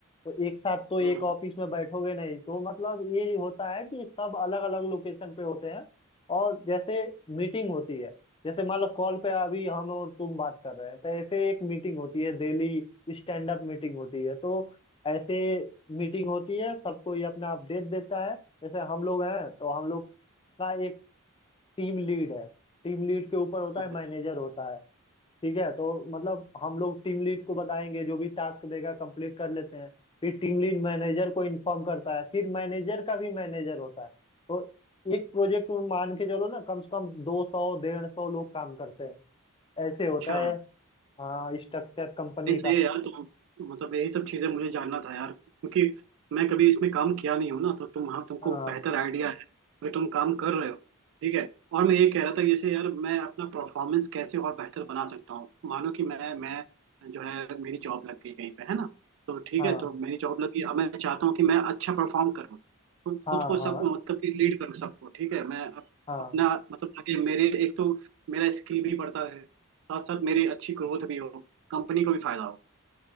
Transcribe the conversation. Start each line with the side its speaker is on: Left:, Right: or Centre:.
Left: तो एक साथ तो एक
Right: हम्म
Left: ऑफिस में बैठोगे नहीं तो मतलब ये होता है कि सब अलग अलग लोकेशन पे होते हैं और जैसे मीटिंग होती है जैसे मान लो कॉल पे अभी हम और तुम बात कर रहे हैं तो ऐसे एक मीटिंग होती है डेली स्टैंड अप मीटिंग होती है तो ऐसे मीटिंग होती है सबको ये अपना अपडेट देता है जैसे हम लोग हैं तो हम लोग का एक टीम लीड है टीम लीड के ऊपर होता
Right: हम्म,
Left: है मैनेजर होता है ठीक है तो मतलब हम लोग टीम लीड को बताएंगे जो भी टास्क देगा कंप्लीट कर लेते हैं फिर टीम लीड मैनेजर को इन्फॉर्म करता है फिर मैनेजर का भी मैनेजर होता है तो एक प्रोजेक्ट मान के चलो ना कम से कम दो सौ डेढ़ सौ लोग काम करते हैं ऐसे होता
Right: अच्छा
Left: है हाँ स्ट्रक्चर कंपनी
Right: नहीं
Left: का
Right: सही है यार तुम मतलब यही सब चीजें मुझे जानना था यार क्योंकि मैं कभी इसमें काम किया नहीं हूँ ना तो तुम हाँ तुमको
Left: हाँ
Right: बेहतर आइडिया है कि तुम काम कर रहे हो ठीक है और मैं ये कह रहा था जैसे यार मैं अपना परफॉर्मेंस कैसे और बेहतर बना सकता हूँ मानो कि मैं मैं जो है मेरी जॉब लग गई कहीं पे है ना तो ठीक
Left: हाँ
Right: है तो मेरी जॉब लगी अब मैं चाहता हूँ कि मैं अच्छा परफॉर्म करूँ तो
Left: हाँ
Right: खुद को सब
Left: हाँ
Right: मतलब कि लीड करूँ सबको ठीक है मैं अप-
Left: हाँ
Right: अपना मतलब ताकि मेरे एक तो मेरा स्किल भी बढ़ता रहे साथ साथ मेरी अच्छी ग्रोथ भी हो कंपनी को भी फायदा हो